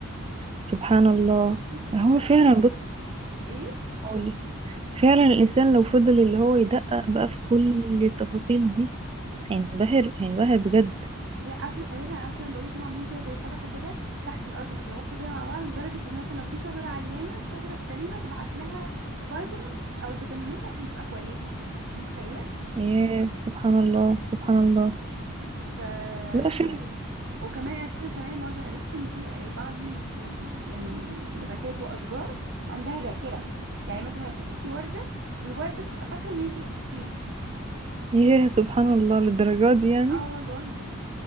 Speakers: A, on the right; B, on the right.
A: سبحان الله هو
B: وكمان
A: فعلا بص
B: ايه
A: قولي فعلا الإنسان لو فضل اللي هو يدقق بقى في كل التفاصيل دي هينبهر هينبهر بجد
B: لا أصل اساسا اصلا بقول لك هم عاملين كده زي شبكه كده تحت الارض بيتواصلوا بيها مع بعض لدرجه ان مثلا لو في شجره عيانه الشجره السليمه تبعت لها فيتامينز او فيتامينات عشان تبقى كويسه انت متخيله
A: ياه سبحان الله سبحان الله
B: ف
A: لا فعلا
B: وكمان اساسا كمان برضو عرفت ان في بعض ال- يعني نباتات واشجار عندها ذاكره يعني مثلا لما بتمسكي ورده الورده بتبقى فاكره ان انت مسكتيها
A: ياه سبحان الله للدرجة دي يعني
B: اه والله